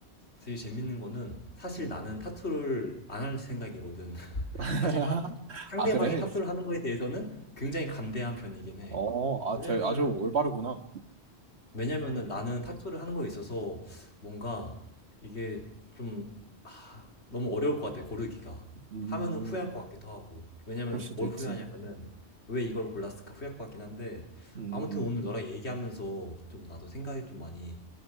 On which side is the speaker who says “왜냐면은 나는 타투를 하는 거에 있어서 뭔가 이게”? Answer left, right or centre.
Left